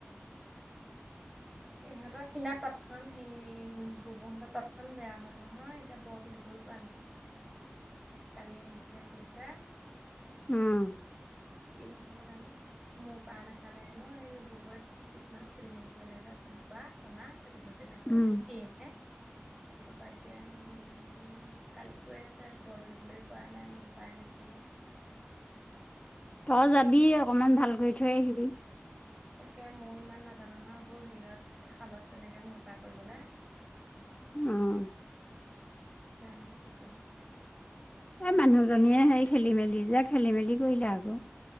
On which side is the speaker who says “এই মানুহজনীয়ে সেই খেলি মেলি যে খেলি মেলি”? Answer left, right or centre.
Left